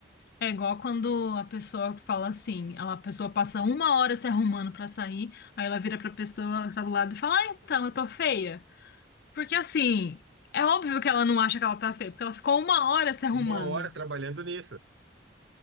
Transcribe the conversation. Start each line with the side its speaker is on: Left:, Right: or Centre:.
Left: é igual quando a pessoa fala assim, ela, a pessoa passa uma hora se arrumando pra sair, aí ela vira pra pessoa que tá do lado e fala, ah, então, eu tô feia. Porque assim, é óbvio que ela não acha que ela tá feia, porque ela ficou uma hora se arrumando.
Right: Uma hora trabalhando nisso.